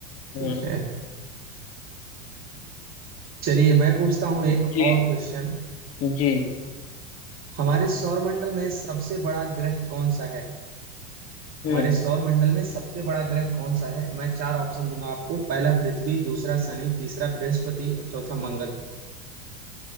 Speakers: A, on the left; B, on the right.
A: हम्म
B: ठीक है चलिए मैं पूछता हूँ एक
A: जी
B: और क्वेश्चन
A: जी
B: हमारे सौरमंडल में सबसे बड़ा ग्रह कौन सा है
A: हम्म
B: हमारे सौरमंडल में सबसे बड़ा ग्रह कौन सा है मैं चार ऑप्शन दूंगा आपको पहला पृथ्वी दूसरा शनि तीसरा बृहस्पति और चौथा मंगल